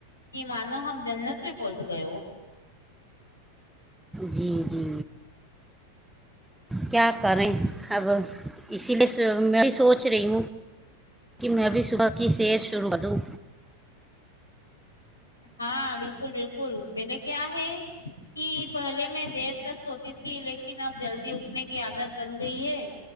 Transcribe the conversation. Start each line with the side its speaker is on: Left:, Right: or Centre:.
Left: کہ مانو ہم جنت میں ج گئے وہ
Centre: جی جی کیا بارے آبو اسی لیے میں بھی سوچ رہی ہوں کہ میں بھی صبح کی سیر شروع کروں
Left: ہاں بالکل بالکل میں نے کیا ہے کہ پہلے میں دیر تک سوتی تھی لیکن اب جلدی اٹھنے کی عادت بن گئی ہے